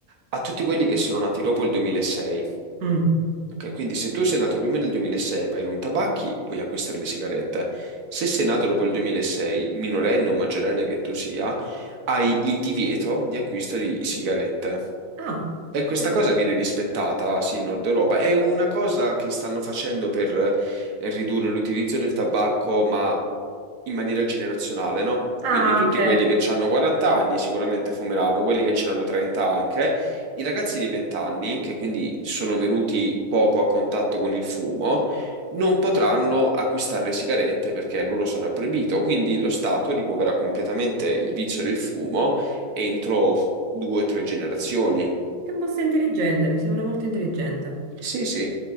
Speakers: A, on the right; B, on the right.
A: a tutti quelli che sono nati dopo il 2006.
B: Mm.
A: Ok, quindi se tu sei nato prima del 2006, vai in un tabacchi, puoi acquistare le sigarette. Se sei nato dopo il 2006, minorenne o maggiorenne che tu sia, hai il divieto di acquisto di sigarette.
B: Ah,
A: E questa
B: per-
A: cosa viene rispettata, sì, in Nord Europa. È una cosa che stanno facendo per e ridurre l'utilizzo del tabacco, ma in maniera generazionale, no?
B: ah,
A: Quindi tutti
B: ok.
A: quelli che hanno 40 anni sicuramente fumeranno, quelli che c'erano 30 anche, i ragazzi di 20 anni, che quindi sono venuti poco a contatto con il fumo, non potranno acquistare le sigarette perché a loro sarà proibito, quindi lo Stato rimuoverà completamente il vizio del fumo entro due o tre generazioni.
B: Che mossa intelligente, mi sembra molto intelligente.
A: Sì, sì.